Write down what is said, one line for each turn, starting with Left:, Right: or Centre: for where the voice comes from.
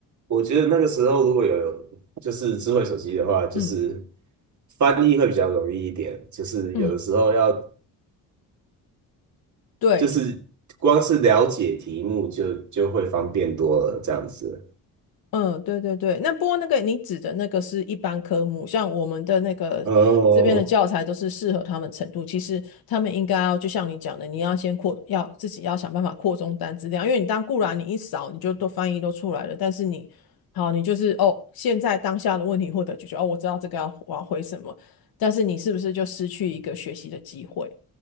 Right: 我觉得那个时候如果有就是智慧手机的话，就是
Left: 嗯
Right: 翻译会比较容易一点，就是有的时候要
Left: 嗯，对，
Right: 就是光是了解题目就就会方便多了这样子。
Left: 嗯，对对对，那不过那个你指的那个是一般科目，像我们的那个这边的教材都是适合他们程度。
Right: 哦，
Left: 其实他们应该要就像你讲的，你要先扩，要自己要想办法扩充单词量，因为你当固然你一扫你就都翻译都出来了，但是你好，你就是哦，现在当下的问题获得解决，哦，我知道这个要我要回什么，但是你是不是就失去一个学习的机会？